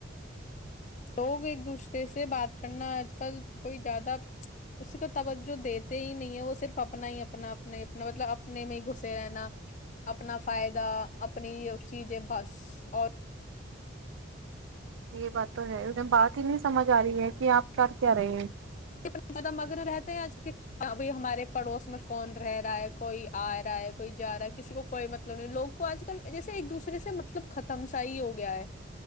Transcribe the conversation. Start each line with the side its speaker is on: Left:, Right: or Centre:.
Left: لوگ ایک دوسرے سے بات کرنا آج کل کوئی زیادہ اسی کو توجہ دیتے ہی نہیں ہے وہ صرف اپنا ہی اپنا اپنا اپنا مطلب اپنے میں ہی گھسے رہنا اپنا فائدہ اپنی چیزیں بس اور
Right: یہ بات تو ہے انہیں بات ہی نہیں سمجھ آ رہی ہے کہ آپ کر کیا رہے ہیں
Left: نے زیادہ مگن رہتے ہیں آج بھائی ہمارے پڑوس میں کون رہ رہا ہے کوئی آ رہا ہے کوئی جا رہا ہے کسی کو کوئی مطلب نہیں لوگ کو آج کل جیسے ایک دوسرے سے مطلب ختم سا ہی ہو گیا ہے